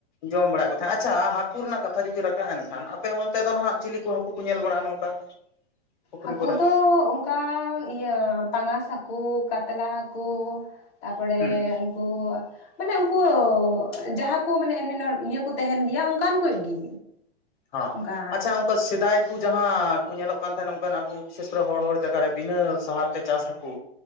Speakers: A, on the left; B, on the left.
A: ᱡᱚᱢ ᱵᱟᱲᱟᱭᱮᱫ ᱠᱚ ᱛᱟᱦᱮᱸᱫ ᱟᱪᱪᱷᱟ ᱦᱟᱹᱠᱩ ᱨᱮᱱᱟᱜ ᱠᱟᱛᱷᱟ ᱡᱩᱫᱤ ᱨᱟᱠᱟᱵ ᱮᱱᱠᱷᱟᱱ, ᱟᱯᱮ ᱚᱱᱛᱮ ᱫᱚ ᱱᱟᱦᱟᱜ ᱪᱤᱞᱤ ᱠᱚ ᱦᱟᱹᱠᱩ ᱠᱚ ᱧᱮᱞ ᱵᱟᱲᱟᱜᱼᱟ? ᱱᱚᱝᱠᱟ, ᱯᱩᱠᱷᱨᱤ
B: ᱦᱟᱹᱠᱳ
A: ᱠᱚᱨᱮ
B: ᱫᱚ ᱚᱱᱠᱟ ᱤᱭᱟᱹ ᱯᱟᱸᱜᱟᱥ ᱦᱟᱹᱠᱩ ᱠᱟᱛᱞᱟ ᱦᱟᱹᱠᱩ, ᱛᱟᱨᱯᱚᱨᱮ
A: ᱦᱩᱸ
B: ᱩᱱᱠᱩ ᱢᱟᱱᱮ ᱩᱱᱠᱩ ᱡᱟᱦᱟᱸ ᱠᱚ ᱢᱟᱱᱮ ᱮᱢᱱᱤ <unintelligible> ᱤᱭᱟᱹ ᱠᱚ ᱛᱟᱦᱮᱱ ᱜᱮᱭᱟ ᱚᱱᱠᱟᱱ ᱠᱚᱡ ᱜᱮ᱾
A: ᱦᱚᱸ
B: ᱚᱱᱠᱟ
A: ᱟᱪᱪᱷᱟ ᱩᱱ ᱠᱟ ᱥᱮᱫᱟᱭ ᱠᱚ ᱡᱟᱦᱟᱸ ᱠᱚ ᱧᱮᱞᱚᱜ ᱠᱟᱱ ᱛᱟᱦᱮᱸᱱ-ᱟ ᱚᱱᱠᱟᱱ ᱟᱵᱚ ᱵᱤᱥᱮᱥ ᱠᱚᱨᱮ ᱦᱚᱲ ᱦᱚᱲ ᱡᱟᱭᱜᱟ ᱨᱮ ᱵᱤᱱᱟᱹ ᱥᱟᱦᱟᱨ ᱛᱮ ᱪᱟᱥ ᱦᱟᱠᱩ,